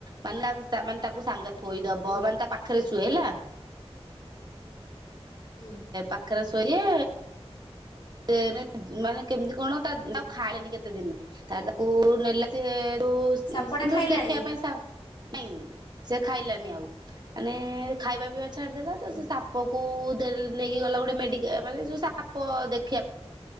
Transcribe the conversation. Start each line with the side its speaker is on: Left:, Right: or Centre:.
Right: ମାନେ ମାନେ ତାକୁ ସାଙ୍ଗ ଖୋଇଦବ
Left: ହୁଁ
Right: ମାନେ ତା ପାଖରେ ଶୁଏ ହେଲା।
Left: ହୁଁ
Right: ପାଖରେ ଶୋଇଲେ ସେ ମାନେ କେମିତି କଣ ତାକୁ ଖାଇଲାନି କେତେ ଦିନ ତ ତାକୁ ନେଲା ସ ତ
Left: ସାପଟା
Right: ଯୋଉଠି
Left: ଖାଇଲାନି?
Right: ଦେଖିବା ପାଇଁ ସା ନାଇଁ ସେ ଖାଇଲାନି ଆଉ ମାନେ ଖାଇବା ପିଇବା ଛାଡିଦେଲା
Left: ହୁଁ।
Right: ତ ସେ ସା ସାପକୁ ନେଇକି ଗଲା ଗୋଟେ ମେଡିକାଲ୍ ମାନେ ସାପ ଦେଖିବା ପାଇଁ